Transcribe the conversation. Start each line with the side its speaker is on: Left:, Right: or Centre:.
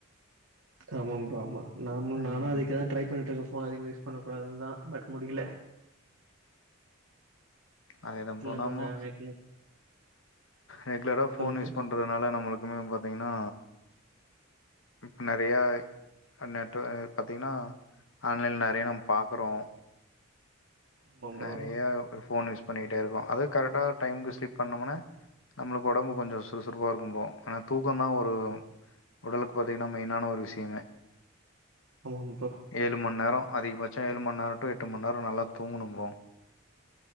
Right: ஆமாம் ப்ரோ ஆமா நாமு
Left: ம்
Right: நானும் அதுக்குதான் ட்ரை பண்ணிட்டு இருக்கேன் ப் ஃபோன் அதிக யூஸ் பண்ண கூடாதுன்னு தான் பட் முடியல
Left: அதேதான்
Right: மோஸ்ட்லி
Left: ப்ரோ
Right: நம்ம
Left: நமோ
Right: நா நைட்ல
Left: ரெகுலரா ஃபோன்
Right: சொல்லுங்க
Left: யூஸ் பண்றதுனால நம்மளுக்குமே பாத்தீங்கன்னா இப்ப நெறயா நெட்டு பாத்தீங்கன்னா ஆன்லைன்ல நெறயா நம்ம பாக்குறோம்
Right: ப்ரோ ஆமா ப்ரோ
Left: நெறைய
Right: ஆமா
Left: போன் யூஸ் பண்ணிகிட்டே இருக்கோம் அதுவும் கரெக்டா டைமுக்கு ஸ்லிப் பண்ணோமுனா நம்மளுக்கு ஒடம்பு கொஞ்சம் சுறுசுறுப்பா இருக்கும் ப்ரோ ஆனா தூக்கந்தான் ஒரு உடலுக்கு பாத்தீங்கன்னா மெயினான ஒரு விஷயமே
Right: ஆமாம் ப்ரோ
Left: ஏழு மண்நேரம் அதிகபச்சம் ஏழு மண்நேரம் டு எட்டு மண்நேரம் நல்லா தூங்கணும் ப்ரோ